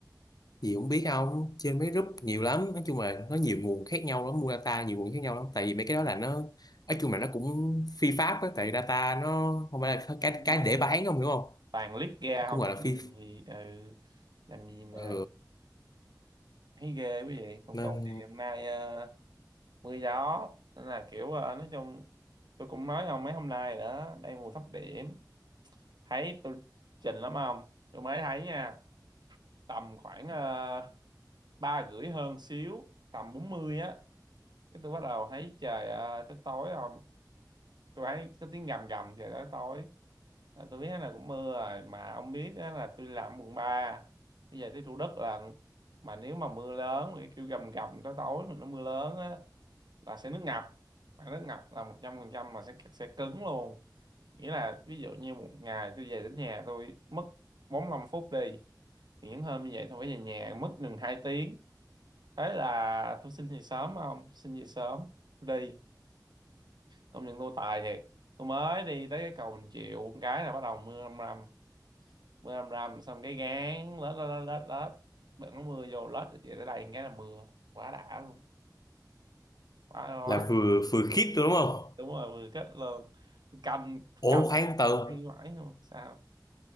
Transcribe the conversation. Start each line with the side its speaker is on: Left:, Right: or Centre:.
Left: gì cũng biết không trên mấy group nhiều lắm nói chung là nó nhiều nguồn khác nhau lắm mua data nhiều nguồn khác nhau lắm tại vì mấy cái đó là nó nói chung là nó cũng phi pháp á tại vì data nó không phải là cái
Right: đúng
Left: cái
Right: rồi
Left: để bán không hiểu không
Right: toàn lít ra
Left: cũng
Right: không
Left: gọi là
Right: chứ
Left: phi
Right: làm gì ừ, làm gì mà
Left: ờ,
Right: thấy ghê quý vị còn
Left: nên
Right: tôi thì hôm nay ờ, mưa gió nên là kiểu ờ, nói chung tôi cũng nói ông mấy hôm nay đó đang mùa thấp điểm thấy tôi trình lắm không tôi mới thấy nha tầm khoảng ờ, ba rưỡi hơn xíu tầm 40 á cái tôi bắt đầu thấy trời à, tới tối không tôi thấy có tiếng gầm gầm trời tới tối là tôi biết là cũng mưa rồi mà ông biết á, là tôi làm quận 3. bây giờ tới Thủ Đức là mà nếu mà mưa lớn mà cái kêu gầm gầm tới tối mà nó mưa lớn á, là sẽ nước ngập mà nước ngập là một trăm phần trăm mà sẽ sẽ cứng luôn nghĩa là ví dụ như một ngày tôi về đến nhà tôi mất 45 phút đi thì những hôm như vậy tôi phải về nhà mất gần hai tiếng thế là tôi xin về sớm không xin về sớm đi công nhận tôi tài thiệt tôi mới đi tới cái cầu Bình Triệu một cái là bắt đầu mưa rầm rầm mưa rầm rầm xong cái gán lết lết lết lết lết bận nó mưa vô lết được vậy tới đây một cái là mưa quá đã luôn quá
Left: là
Right: quá
Left: vừa vừa khít đúng không
Right: đúng rồi vừa kết luôn Tôi cầm
Left: ủa
Right: cầm
Left: khoan từ
Right: hay mãi luôn sao